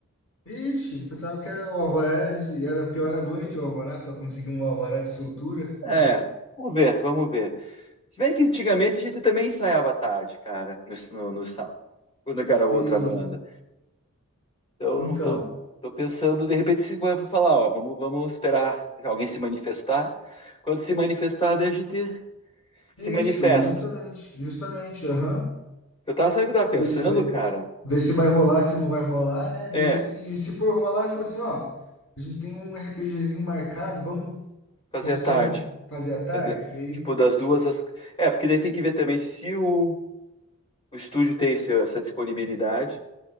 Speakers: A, on the left; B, on the left.
A: Ixi, eu pensava que era o Alvará de, era pior à noite o Alvará para conseguir um Alvará de soltura.
B: É, vamos ver, vamos ver. Se bem que antigamente a gente também ensaiava à tarde, cara, no, no, no sábado, quando era
A: Sim,
B: outra banda. Então,
A: então.
B: tô, tô pensando, de repente, se vai falar, ó, vamos, vamos esperar alguém se manifestar. Quando se manifestar, daí a gente se manifesta.
A: Isso, justamente, justamente, aham.
B: Eu tava, sabe o que eu tava pensando,
A: Ver se, ver,
B: cara?
A: ver se vai rolar, se não vai rolar, né? Daí
B: É,
A: se, se for rolar, você fala assim, ó. A gente tem um RPGzinho marcado, vamos
B: fazer
A: conseguem
B: à tarde.
A: fazer à tarde?
B: Fazer,
A: Daí
B: tipo, das duas às... É, porque daí tem que ver também se o, o estúdio tem esse- essa disponibilidade,